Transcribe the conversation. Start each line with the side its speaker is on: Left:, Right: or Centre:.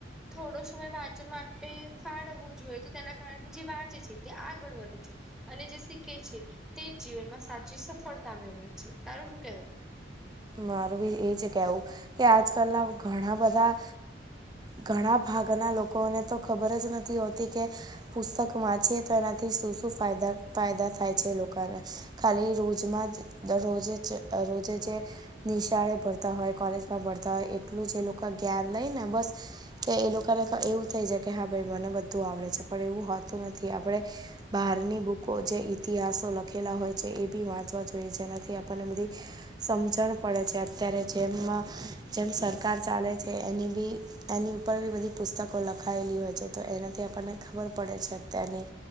Centre: થોડો સમય વાંચન માટે ફાળવવો જોઈએ તો તેના કારણેથી જે વાંચે છે તે આગળ વધે છે. અને જેી કે છે તે જીવનમાં સાચી સફળતા મેળવે છે તારો શું કેવો
Right: મારું બી એ છે કેવું કે આજકાલના ઘણા બધા ઘણા ભાગના લોકોને તો ખબર જ નથી હોતી કે પુસ્તક વાંચીએ તો એનાથી શું શું ફાયદા ફાયદા થાય છે લોકોને ખાલી રોજમાં રોજે રોજે જે નિશાળે પડતી હોય કોલેજમાં ભરતા હોય એટલું જ એ લોકો જ્ઞાન લઈ ને બસ કે એ લોકોને એવું થઈ જાય કે હા ભાઈ મને બધું આવડે છે પણ એવું હોતું નથી આપણે બહારની બુકો જે ઈતિહાસો લખેલા હોય છે એ બી વાંચવા જોઈએ જેનાથી આપણને બધી સમજણ પડે છે અત્યારે જેમ જેમ સરકાર ચાલે છે એની બી એની ઉપર ભી બધી પુસ્તકો લખાયેલી હોય છે. તો, એનાથી આપણને ખબર પડે છે. અત્યારની